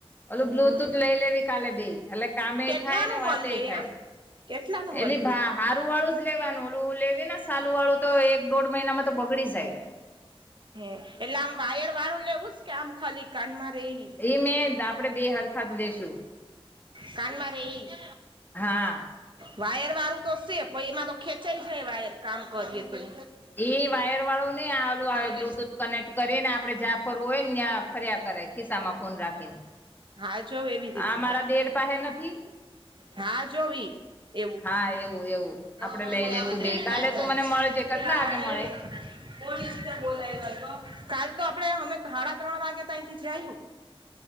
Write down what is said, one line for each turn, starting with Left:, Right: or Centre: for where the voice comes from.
Left: ઓલું બ્લુટૂથ
Right: હમ
Left: લઈ લવી કાલે બે. એટલે કામે
Right: કેટલાનું
Left: થાય, ને વાતે
Right: મળે એમ
Left: થાય,
Right: કેટલાનું મળીએ
Left: એલી ભા હાથ રૂ વાળુંજ લેવાનું, ઓલું લેવીને સાલુ વાળું તો એક દોઢ મહિનામાં તો બગડી જાય.
Right: હે, એટલે આમ વાયર વાળું લેવુંસ? કે આમ ખાલી કાનમાં રહી ઈ?
Left: એમેં આપડે બે હરખાજ લેશુ.
Right: કાનમા રે ઈ.
Left: હા
Right: વાયર વાળું તો સે, પણ એમાંતો ખેંચાય જાય વાયર કામ કરીએ તો.
Left: એ વાયર વાળો ને આલું આવે
Right: <inaudible>
Left: બ્લુટૂથ કનેક્ટ કરીને, આપડે જ્યાં ફરવુ હોય ને ન્યા ફર્યા કરાય, ખિસ્સામાં ફોન રાખીને.
Right: હા જોઓ એવી રીતના.
Left: હા મારા બેર પાસે નથી
Right: હા, જોવી એવું.
Left: હા એવું એવું
Right: <unintelligible>
Left: આપડે લઈ લેશું બે કાલે તું મને મળજે કેટલા વાગે મળે
Right: <unintelligible> કાલતો આપડે હમે સાડા ત્રણ વાગેતો અઇથી જાયું.